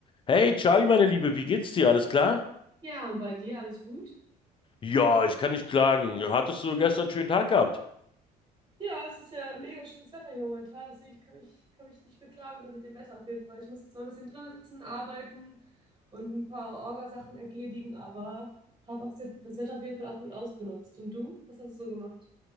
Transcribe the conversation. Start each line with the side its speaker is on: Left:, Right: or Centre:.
Left: Hey, Charlie, meine Liebe, wie geht's dir? Alles klar?
Right: Ja, und bei dir alles gut?
Left: Ja, ich kann nicht klagen. Hattest du gestern einen schönen Tag gehabt?
Right: Ja, es ist ja mega schönes Wetter hier momentan, deswegen ich kann mich, kann mich nicht beklagen dann mit dem Wetter auf jeden Fall. Ich musste zwar ein bisschen drinnen sitzen, arbeiten und ein paar Orgasachen erledigen, aber habe auch se- das Wetter auf jeden Fall auch gut ausgenutzt. Und du? Was hast du so gemacht?